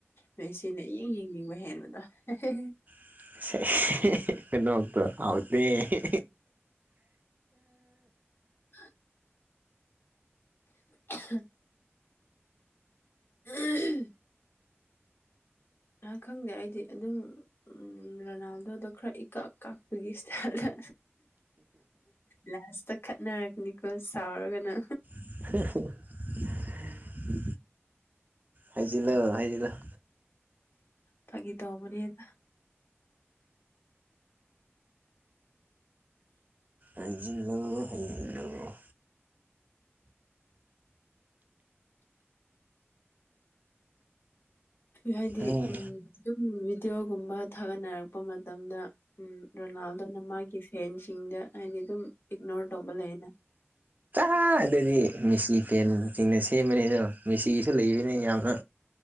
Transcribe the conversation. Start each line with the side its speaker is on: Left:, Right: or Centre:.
Left: ꯃꯦꯁꯤꯅ ꯏꯌꯦꯡ ꯌꯦꯡꯅꯤꯡꯕ ꯍꯦꯟꯅ ꯍꯦꯍꯦꯍꯦ
Right: ꯑꯟꯑꯣꯗꯤꯕꯜ <unintelligible> ꯈꯨꯅꯣꯛꯇꯣ ꯍꯥꯎꯇꯦꯍꯦ
Left: ꯑꯍꯝ ꯑꯍꯝ ꯑꯎꯝ <unintelligible> ꯑ ꯈꯪꯗꯦ ꯑꯩꯗꯤ ꯑꯗꯨꯝ ꯎꯝ ꯔꯣꯅꯥꯜꯗꯣꯗ ꯈꯔ ꯏꯀꯛ ꯀꯥꯛꯄꯒꯤ ꯏꯁꯇꯥꯏꯜꯗ ꯂꯥꯁꯇ ꯈꯠꯅꯔꯛꯀꯅꯤꯀꯣ ꯁꯥꯎꯔꯒꯅ
Right: ꯑꯍꯍꯍ <inaudible> ꯍꯥꯏꯖꯤꯜꯂꯣ ꯍꯥꯏꯖꯤꯜ ꯂꯣ
Left: ꯐꯒꯤ ꯇꯧꯕꯅꯤꯗ
Right: ꯑꯟꯏꯟꯇꯦꯜꯂꯤꯖꯦꯕꯜ
Left: ꯍꯥꯏꯗꯤ
Right: ꯎꯝ
Left: ꯑꯝ ꯚꯤꯗꯤꯑꯣꯒꯨꯝꯕ ꯊꯥꯒꯠꯅꯔꯛꯄ ꯃꯇꯝꯗ ꯔꯣꯅꯥꯜꯗꯣꯅ ꯃꯥꯒꯤ ꯐꯦꯟꯁꯤꯡꯗ ꯍꯥꯏꯗꯤ ꯑꯗꯨꯝ ꯏꯛꯅꯣꯔ ꯇꯧꯕ ꯂꯩꯅ
Right: ꯑ ꯑꯗꯨꯗꯤ ꯃꯦꯁꯤ ꯐꯦꯟꯁꯤꯡꯤꯡꯅ ꯁꯦꯝꯕꯅꯤ ꯑꯗꯣ ꯃꯦꯁꯤꯒꯤꯁꯨ ꯂꯩꯕꯅꯦ ꯌꯥꯝꯅ